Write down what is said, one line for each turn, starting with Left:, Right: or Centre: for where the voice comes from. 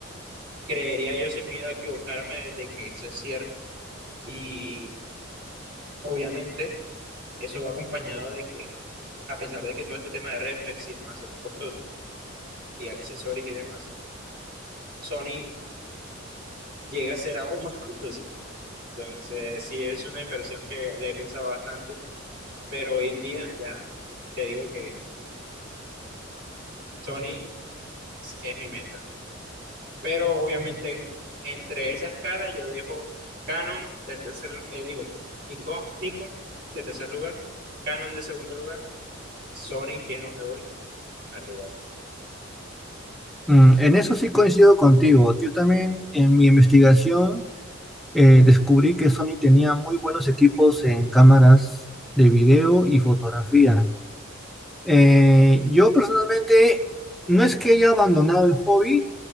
Right: Creería yo sin miedo a equivocarme de que eso es cierto. Y obviamente eso va acompañado de que, a pesar de que todo este tema de reflex y demás son costosos, y accesorios y demás, Sony llega a ser aún más <laughs> costoso. Entonces, sí es una inversión que le he pensado bastante, pero hoy en día ya te digo que Sony es mi meta. Pero obviamente, entre esa escala yo dejo Canon de tercer, eh, digo, Nikon, Nikon de tercer lugar, Canon de segundo lugar y Sony, que es donde voy, en primer lugar.
Centre: Mm, en eso sí coincido contigo. Yo también en mi investigación eh, descubrí que Sony tenía muy buenos equipos en cámaras de video y fotografía. Eh, yo personalmente no es que haya abandonado el hobby,